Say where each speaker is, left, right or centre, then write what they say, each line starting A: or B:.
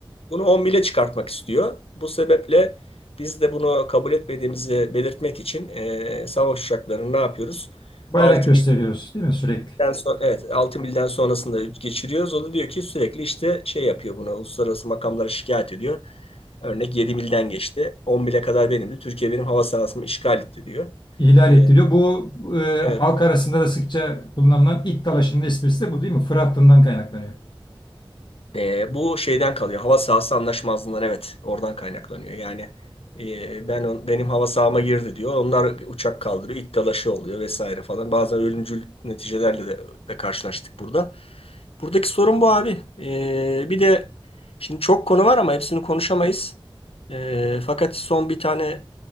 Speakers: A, on the left; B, on the left.
A: Bunu 10 bile çıkartmak istiyor. Bu sebeple biz de bunu kabul etmediğimizi belirtmek için eee savaş uçaklarını ne yapıyoruz?
B: Bayrak
A: 6
B: gösteriyoruz
A: milden
B: değil mi sürekli?
A: sonra evet 6 milden sonrasında geçiriyoruz. O da diyor ki sürekli işte şey yapıyor bunu. Uluslararası makamlara şikayet ediyor. Örnek 7 milden geçti. 10 mile kadar benimdi. Türkiye benim hava sahasımı işgal etti diyor.
B: İhlal
A: Eee,
B: ettiriyor. Bu e,
A: evet,
B: halk arasında da sıkça kullanılan it dalaşının esprisi de bu değil mi? Fırat Dını'ndan kaynaklanıyor.
A: E, bu şeyden kalıyor. Hava sahası anlaşmazlığından evet oradan kaynaklanıyor. Yani e, ben on- benim hava sahama girdi diyor. Onlar uçak kaldırıyor. İt dalaşı oluyor vesaire falan. Bazen ölümcül neticelerle de, de karşılaştık burada. Buradaki sorun bu abi. E, bir de şimdi çok konu var ama hepsini konuşamayız. E, fakat son bir tane